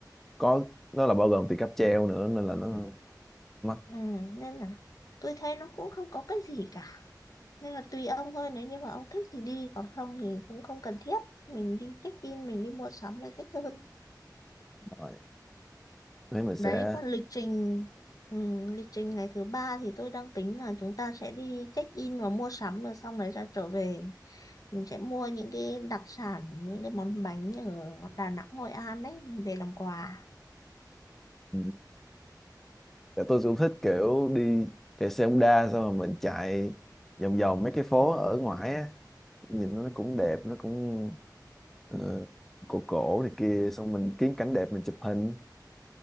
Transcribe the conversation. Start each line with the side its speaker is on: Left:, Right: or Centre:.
Centre: có nó là bao gồm tiền cáp treo nữa nên là nó mắc
Left: ừ, nên là tôi thấy nó cũng không có cái gì cả nên là tùy ông thôi nếu như mà ông thích thì đi còn không thì cũng không cần thiết mình đi check in mình đi mua sắm là thích hơn
Centre: mỏi thế mình sẽ
Left: đấy còn lịch trình ừm, lịch trình ngày thứ ba thì tôi đang tính là chúng ta sẽ đi check in và mua sắm rồi xong đấy ra trở về mình sẽ mua những cái đặc sản những cái món bánh ở Đà Nẵng Hội An đấy về làm quà
Centre: ừ. tại tôi cũng thích kiểu đi chạy xe Honda xong rồi mình chạy vòng vòng mấy cái phố ở ngoài á nhìn nó cũng đẹp nó cũng ờ, cổ cổ này kia xong mình kiếm cảnh đẹp mình chụp hình